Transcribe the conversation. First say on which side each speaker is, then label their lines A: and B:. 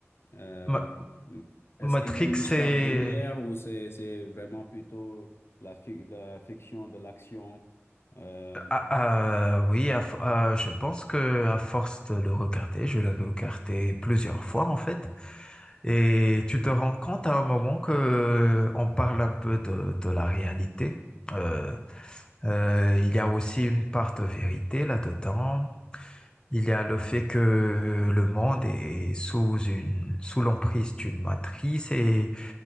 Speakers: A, on the left; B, on the left.
A: euh,
B: Ma-
A: est-ce
B: Matrix,
A: qu'il y a une histoire
B: c'est,
A: derrière ou c'est c'est vraiment plutôt la, fi- la fiction de l'action? Euh,
B: Ah, euh, oui, à f- euh, je pense que à force de le regarder, je l'ai regardé plusieurs fois en fait, et tu te rends compte à un moment que euh, on parle un peu de, de la réalité. Euh, euh, il y a aussi une part de vérité là-dedans. Il y a le fait que euh, le monde est sous une sous l'emprise d'une matrice et